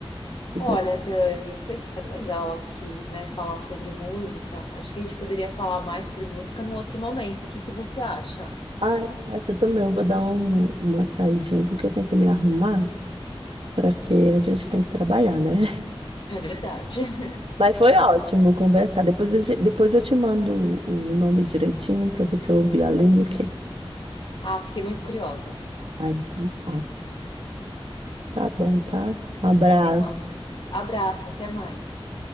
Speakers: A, on the right (about 65°); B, on the left (about 55°).
A: Tudo
B: Olha,
A: é...
B: Dani, foi super legal aqui, né, falar sobre música. Acho que a gente poderia falar mais sobre música num outro momento. O que que você acha?
A: Ai, mas eu também eu vou dar um- uma saidinha aqui que eu tenho que me arrumar, porque a gente tem que trabalhar, né?
B: É verdade. <laughs>
A: Mas foi ótimo conversar. Depois eu, ge- depois eu te mando o, o nome direitinho para você ouvir a Lineker.
B: Ah, fiquei muito curiosa.
A: Aí, então tá. Tá bom, tá? Um abraço.
B: Então, abraço, até mais.